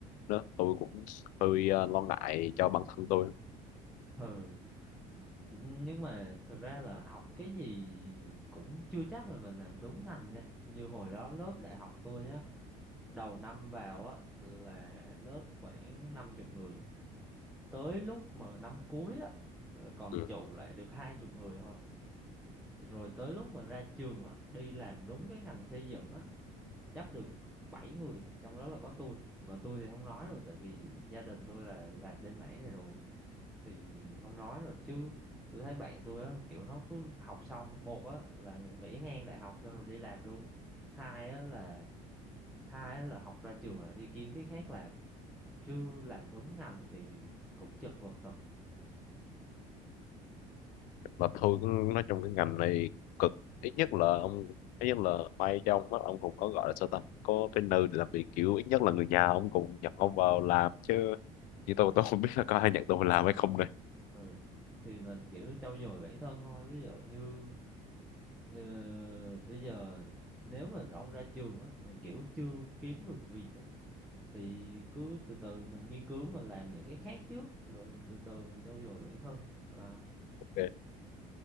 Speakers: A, on the left; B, in the centre.
A: đó tôi cũng hơi ờ, lo ngại cho bản thân tôi
B: ừ nhưng mà thực ra là học cái gì cũng chưa chắc là mình làm đúng ngành nha như hồi đó lớp đại học tôi nhá đầu năm vào á là lớp khoảng năm chục người tới lúc mà năm cuối á ờ, còn
A: ừ.
B: trụ lại được hai chục người thôi rồi tới lúc mà ra trường á đi làm đúng cái ngành xây dựng á chắc được bảy người trong đó là có tôi mà tôi thì không nói rồi tại vì gia đình tôi là làm bên mảng này rồi thì không nói rồi chứ tôi thấy bạn tôi á kiểu nó cứ học xong một á là nghỉ ngang đại học xong rồi đi làm luôn hai á là hai á là học ra trường là đi kiếm cái khác làm chứ làm đúng ngành thì cũng chật vật thật
A: mà thôi cũng- nói trong cái ngành này cực ít nhất là ông ít nhất là may cho ông á, ông cũng có gọi là sao ta có cái nơi để làm việc kiểu ít nhất là người nhà ông cũng nhận ông vào làm chứ như tôi tôi không biết là có ai nhận tôi vào làm hay không này
B: ừ thì mình kiểu trau dồi bản thân thôi ví dụ như ờ, bây giờ nếu mà ông ra trường á mà kiểu chưa kiếm được việc á thì cứ từ từ mình nghiên cứu mình làm những cái khác trước rồi mình từ từ mình trau dồi bản thân à,
A: okay.